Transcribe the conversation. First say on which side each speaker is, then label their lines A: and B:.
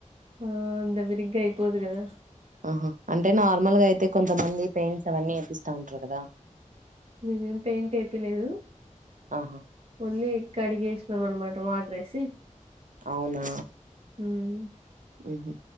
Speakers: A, on the right (about 45°); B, on the right (about 75°).
A: ఆ అంతా బిరిగ్గా అయిపోదు కదా
B: ఆహా అంటే నార్మల్ గా అయితే కొంతమంది పెయింట్స్ అవన్నీ ఏపిస్తా ఉంటారు కదా
A: మీవేం పెయింట్ ఏపిలేదు
B: ఆహా!
A: ఓన్లీ కడిగేసినం అన్నమాట వాటర్ వేసి
B: అవునా!
A: మ్మ్
B: హుహు.